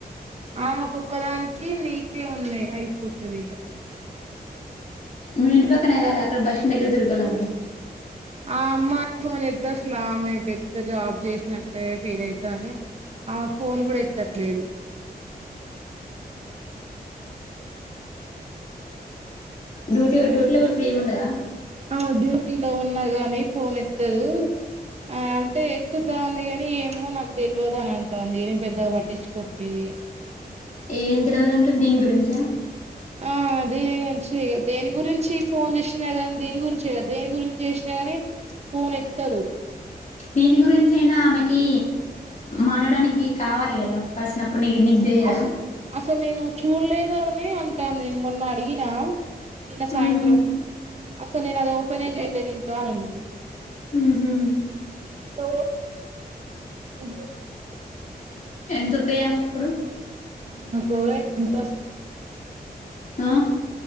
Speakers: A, on the right; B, on the left.
A: ఆమెకొక్కదానికి, నీకే ఉన్నయి అయిపోతదిగ.
B: మీ ఇంటి పక్కన గాదు అక్కడ బస్టాండ్ దగ్గర తురుకోల్ల అమ్మాయి.
A: ఆ అమ్మాయి ఫోన్ ఎద్దస్లా ఆమె పెద్ద జాబ్ చేసినట్టే ఫీల్ అయితాంది, ఆమె ఫోన్ కూడా ఎత్తట్లేదు.
B: డ్యూటీల డ్యూటీలో కూడా ఫ్రీగుండదా?
A: ఆమె డ్యూటీలో ఉన్ న్న గాని ఫోన్ ఎత్తదు ఆమె అంటే, ఎత్తుతాంది కని ఏమో నాకు తెల్వదు అని అంటాన్ది ఏం పెద్దగ పట్టిచ్చుకోట్లేదిగా.
B: ఏం తెల్వదు అంటె దీని గురించా?
A: ఆ దీని గురించేఇగ దేని గురించి ఫోన్ చేసినా కానీ దీని గురించే గాదు దేని గురించి చేసినా కాని ఫోన్ ఎత్తదు.
B: దీని గురించి అయినా ఆమెకి, మాటడానికి కావాలి కదా ఒక పర్సనబ్ కొన్ని గి నిక్ తెలియదా
A: అసలు అసలు నేను చూడలేదు ఆమెని అంటాంది నేను మొన్న అడిగినా? నిన్న
B: హ్మ్
A: సాయంత్రం, అసలు నేను అది ఓపెనే చేయలేదు ఇం బానె ఉన్నది.
B: ఉమ్ హూ
A: <unintelligible> ఏం జేయనిగా
B: ఎంతొత్తయ్ ఆమెకి ఇప్పుడు
A: ఆమెకువోయ్ ఎంతొస్తయో
B: ఆ